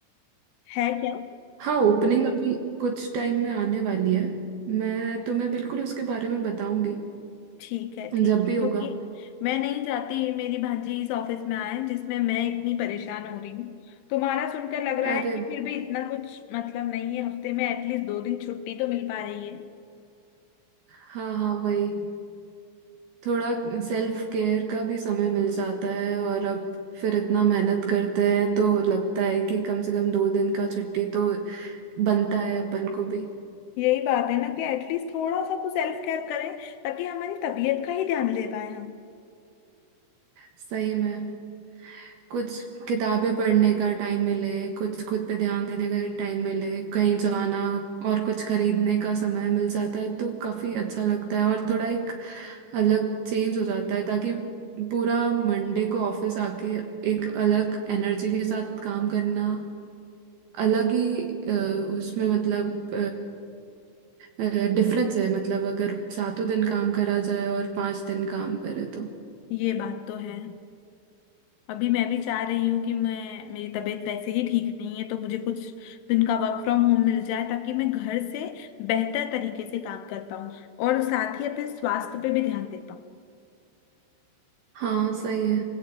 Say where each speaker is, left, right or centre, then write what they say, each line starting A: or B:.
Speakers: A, on the left; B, on the right.
A: है क्या
B: हाँ ओपनिंग अभी कुछ टाइम में आने वाली है मैं तुम्हें बिल्कुल उसके बारे में बताऊंगी
A: ठीक है ठीक
B: जब भी
A: है क्योंकि
B: होगा
A: मैं नहीं चाहती मेरी भांजी इस ऑफिस में आए जिसमें मैं इतनी परेशान हो रही हूँ तुम्हारा सुनकर लग
B: अरे
A: रहा है कि फिर भी इतना कुछ मतलब नहीं है हफ्ते में एटलीस्ट दो दिन छुट्टी तो मिल पा रही है
B: हाँ हाँ वही थोड़ा सेल्फ केयर का भी समय मिल जाता है और अब फिर इतना मेहनत करते हैं तो लगता है कि कम से कम दो दिन का छुट्टी तो बनता है अपन को भी
A: यही बात है ना कि एटलीस्ट थोड़ा सा तो सेल्फ केयर करें ताकि हमारी तबीयत का ही ध्यान ले पाए हम
B: सही में कुछ किताबें पढ़ने का टाइम मिले कुछ खुद पे ध्यान देने का टाइम मिले कहीं जाना और कुछ खरीदने का समय मिल जाता है तो काफी अच्छा लगता है और थोड़ा एक अलग चेंज हो जाता है ताकि पूरा मंडे को ऑफिस आके एक अलग एनर्जी के साथ काम करना अलग ही अ, उसमें मतलब डिफरेंस है मतलब अगर सातों दिन काम करा जाए और पांच दिन काम करे तो
A: ये बात तो है अभी मैं भी चाह रही हूँ कि मैं मेरी तबीयत वैसे ही ठीक नहीं है तो मुझे कुछ दिन का वर्क फ्रॉम होम मिल जाए ताकि मैं घर से बेहतर तरीके से काम कर पाऊँ और साथ ही अपने स्वास्थ्य पे भी ध्यान दे पाऊँ
B: हाँ सही है